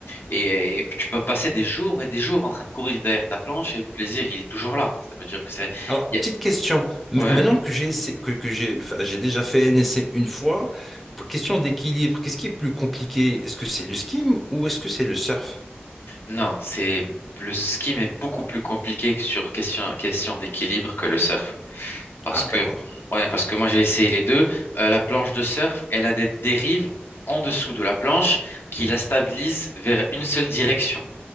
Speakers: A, on the left (about 70°); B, in the centre.
A: et, et tu peux passer des jours et des jours en train de courir derrière ta planche et le plaisir, il est toujours là. Ça veut dire que c'est...
B: Alors,
A: il
B: petite
A: y a-
B: question. M-
A: Ouais.
B: Maintenant que j'ai essayé- que, que j'ai enfin, j'ai déjà fait un essai une fois, pour- question d'équilibre, qu'est-ce qui est plus compliqué? Est-ce que c'est le skim ou est-ce que c'est le surf?
A: Non, c'est le ski mais beaucoup plus compliqué que sur question, question d'équilibre que le surf. Parce
B: Ah,
A: que,
B: d'accord.
A: ouais, parce que moi j'ai essayé les deux. Euh, la planche de surf, elle a des dérives en dessous de la planche qui la stabilisent vers une seule direction.